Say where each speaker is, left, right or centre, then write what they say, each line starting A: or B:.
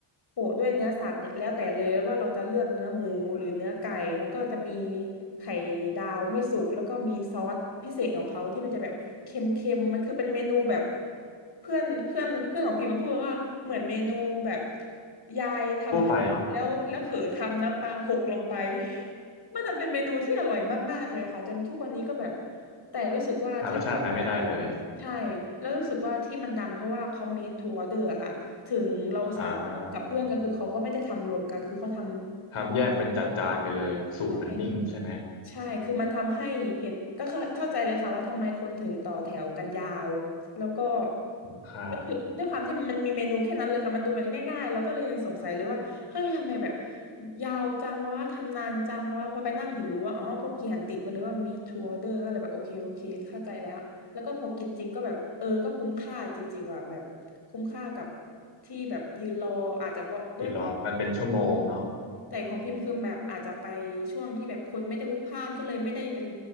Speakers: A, on the left; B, on the left.
A: โปะด้วยเนื้อสัตว์แล้วแต่เลยว่าเราจะเลือกเนื้อหมูหรือเนื้อไก่แล้วก็จะมีไข่ดาวไม่สุกแล้วก็มีซอสพิเศษของเขาที่มันจะแบบเค็มๆมันคือเป็นเมนูแบบเพื่อนเพื่อนเพื่อนของพี่มันพูดว่าเหมือนเมนูแบบยายทำให้แล้วแล้วเผลอทำน้ำปลาหกลงไป
B: ทั่วไปเนาะ
A: มันจะเป็นเมนูที่อร่อยมากๆเลยค่ะจนทุกวันนี้ก็แบบแต่รู้สึกว่าที่มันทำได้
B: <laughs> หารสชาตินั้นไม่ได้เลย
A: ใช่แล้วรู้สึกว่าที่มันดังเพราะว่าเขา made to order อะค่ะ ถึงเราสั่งกับเพื่อนก็คือเขาก็ไม่ได้ทำรวมกันคือเขาท
B: อ่าทำแยกเป็นจานๆไปเลยสูตรมันนิ่งใช่ไหม
A: ำใช่ ใช่คือมันทำให้เหตุก็เข้าเข้าใจเลยค่ะว่าทำไมคนถึงต่อแถวกันยาว แล้วก็
B: คุ้มค่าเลย
A: ก็คือด้วยความที่มันมีเมนูแค่นั้นเลยค่ะมันดูมันง่ายๆแล้วก็เลยยังสงสัยเลยว่าเฮ้ยทำไมแบบยาวจังวะทำนานจังวะพอไปนั่งถึงรู้ว่าอ๋อก็เขียนติดไว้เลยว่า made to order ก็เลยแบบโอเคโอเคเข้าใจแล้วแล้วก็พอกินจริงก็แบบเออก็คุ้มค่าจริงๆว่ะแบบคุ้มค่ากับที่แบบยืนรออาจจะเพราะด้วย
B: หยุดรอมันเป็นชั่วโมงเนาะ
A: แต่ของพิมพ์คือแบบอาจจะไปช่วงที่แบบคนไม่ได้พลุกพล่านก็เลยไม่ได้เป็น